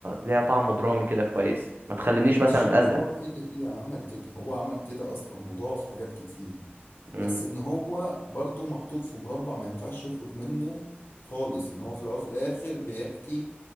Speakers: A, on the right (about 60°); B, on the left (about 70°).
A: ليها طعم درامي كده كويس ما تخلينيش
B: ماشي
A: مثلا
B: ما
A: أزهق
B: هو كده كده عمل كده هو عمل كده اصلا وضاف حاجات كتير
A: مم.
B: بس ان هو برضو محطوط في مربع ما ينفعش يخرج منه خالص ان هو في الاول وفي الاخر بيحكي